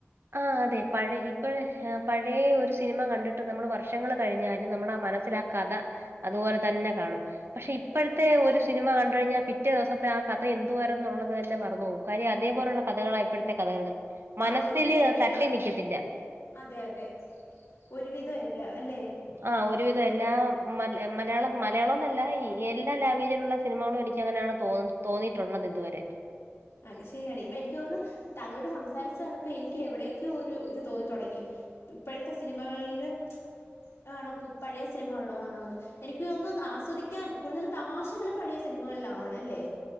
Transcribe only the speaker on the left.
ആ ഒരുവിധം എല്ലാം
അതെ അതെ ഒരുവിധം എല്ലാം അല്ലെ?
അത് ശരിയാണ് ഇപ്പം എനിക്ക് തോന്നുന്ന് താങ്കളോട് സംസാരിച്ചു വന്നപ്പോ എനിക്ക് എവിടേക്കെയോ ഒരു ഇത് തോന്നി തൊടങ്ങി ഇപ്പഴത്തെ സിനിമകളില് ആണോ പു പഴേ സിനിമകൾ ഇള്ളാതാണോന്ന് എനിക്ക് ഒന്നു ആസ്വദിക്കാൻ കൂടുതല് തമാശകള് പഴയ സിനിമകളിലാണല്ലേ